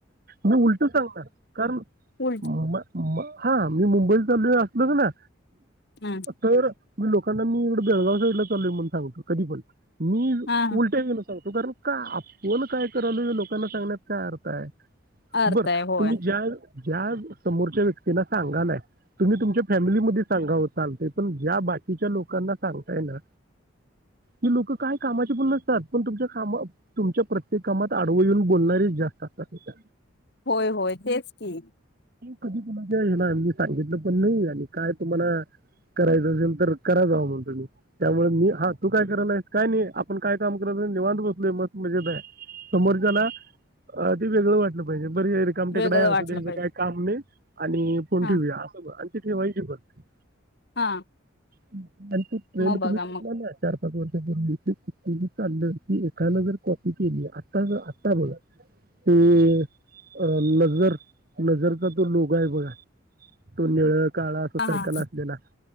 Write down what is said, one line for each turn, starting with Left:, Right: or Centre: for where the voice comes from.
Right: मी उलट सांगणार कारण
Left: उ
Right: म- हा मी मुंबईला चाललोय असलो ना
Left: हा
Right: तर मी लोकांना ने मी इकडे बेळगाव साईडला चाल्लो म्हणून सांगतो कधी पण मी
Left: हा
Right: उलटे गेलो साहेब तर कारण का आपण काय करालो लोकांना सांगण्यात काय अर्थ आहे.
Left: अर्थ
Right: बर
Left: आहे होय
Right: तुम्ही ज्या समोरच्या व्यक्तीला सांगालाय. तुम्ही तुमच्या फॅमिलीमध्ये सांगा. चालतय पण ज्या बाकीच्या लोकांना सांगताय ना. ती लोक काय कामाचे पण नसतात पण तुमच्या काम तुमच्या प्रत्येक कामात आडव येऊन बोलणारेच जास्त असतातात.
Left: होय होय तेच की
Right: कधी तुच्या हे ना आी सांगितलं पण नाही आणि काय तुम्हाला करायचं असेल तर कराचवं म्हणतुम्ही त्यामुळे मी हा तू काय करला आहे. काय नाही आपण काय काम करत निवांत बसलोय मस्त मजेत ये समोरच्याला अ ते वेगळं वाटलं पाहिजे. बर ये रिकामटेकडा
Left: वेगळं
Right: असुदे.
Left: वाटलं पाहिजे
Right: आणि आणि फोन
Left: हा
Right: ठेवूया असं म्हणायचे आणि ते ठेवायचे पण ह
Left: हा
Right: <inaudible> आणि तो ट्रेंड
Left: मग बघा
Right: तुम्ही
Left: मग
Right: कुठून आणलाय चार पाच वर्ष. कु एखां जर कॉपी केली आता जर आता बघ, ते नजर नजर का तो लोगो आहे बघा तो निळ्या काळा असा सर्कल
Left: हा हा
Right: असलेला.